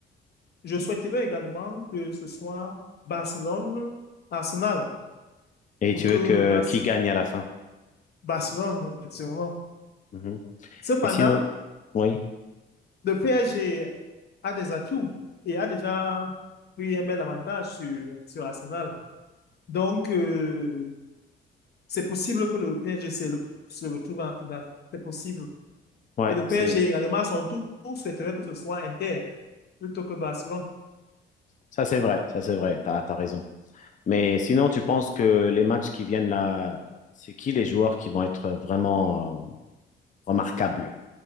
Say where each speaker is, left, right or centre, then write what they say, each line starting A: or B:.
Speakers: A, on the left; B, on the left.
A: je souhaiterais également que ce soit Barcelone-Arsenal
B: Et
A: pour
B: tu
A: que
B: veux que
A: Bar
B: qui gagne à la fin?
A: Barcelone, effectivement.
B: Mhm.
A: Cependant,
B: Et sinon, oui,
A: le PSG a des atouts et a déjà pris un bel avantage sur, sur Arsenal. Donc, euh, C'est possible que le PSG se, le- se retrouve en finale. C'est possible.
B: ouais,
A: Et le PSG
B: c'est
A: également, à son tour, souhaiterait que ce soit Inter plutôt que Barcelone.
B: ça, c'est vrai, ça, c'est vrai, t'as, t'as raison. Mais sinon, tu
A: Bon,
B: penses que les matchs qui viennent là, c'est qui les joueurs qui vont être vraiment euh, remarquables